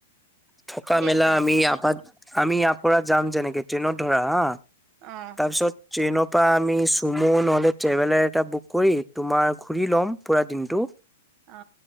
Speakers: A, in the centre; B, on the right (about 40°).
A: থকা
B: ঠিকে
A: মেলা
B: আছে?
A: আমি আপাত আমি ইয়াৰ পৰা যাম যেনেকে ট্ৰেইনত ধৰা হা।
B: অ।
A: ছত ট্ৰেইনৰ পৰা আমি চুমু নহলে ট্ৰেভেলাৰ এটা বুক কৰি তোমাৰ ঘুৰি ল'ম পুৰা দিনটো।
B: অ।